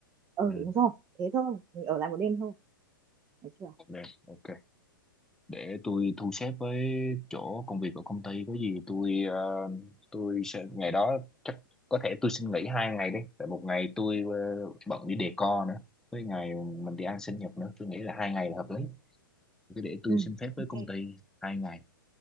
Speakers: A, on the right; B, in the centre.
A: ừ
B: ừ
A: đúng rồi thế thôi mình ở lại một đêm thôi được chưa
B: được ok để tôi thu xếp với chỗ công việc của công ty có gì tôi ờ, tôi sẽ ngày đó chắc có thể tôi xin nghỉ hai ngày đi tại một ngày tôi ờ, bận đi decor nữa với ngày mình đi ăn sinh nhật nữa tôi nghĩ là hai ngày là hợp lý cứ để tôi
A: ừ
B: xin phép với
A: ok
B: công ty hai ngày